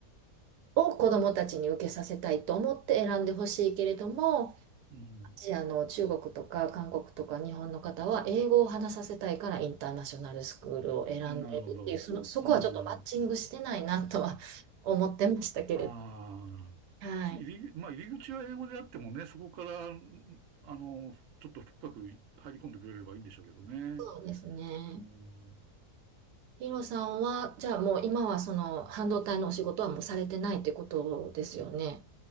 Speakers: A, on the right (about 85°); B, on the right (about 65°).
A: を子どもたちに受けさせたいと思って選んでほしいけれども、
B: うん、
A: アジアの中国とか韓国とか日本の方は英語を話させたいからインターナショナルスクールを選んでるっていう、
B: なるほど。
A: その、そこはちょっとマッチングしてないなとは思ってましたけれど。
B: うん。ああ、
A: はい。
B: 入り、まあ、入り口は英語であってもね、そこから、んあの、ちょっと深く入り込んでくれればいいんでしょうけどね。
A: そうですね。
B: うん。
A: ヒロさんは、じゃあもう今はその半導体のお仕事はもうされてないってことですよね。